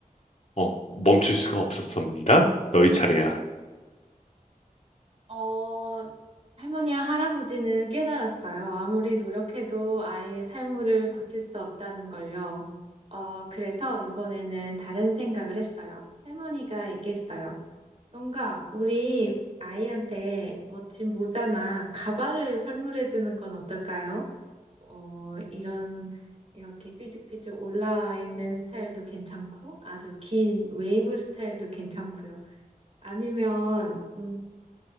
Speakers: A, on the left; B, on the right.
A: 어, 멈출 수가 없었습니다. 너희 차례야.
B: 어, 할머니와 할아버지는 깨달았어요. 아무리 노력해도 아이의 탈모를 고칠 수 없다는 걸요. 어, 그래서 이번에는 다른 생각을 했어요. 할머니가 얘기했어요. 뭔가 우리 아이한테 멋진 모자나 가발을 선물해 주는 건 어떨까요? 어, 이런 이렇게 삐죽삐죽 올라와 있는 스타일도 괜찮고 아주 긴 웨이브 스타일도 괜찮고요. 아니면 음,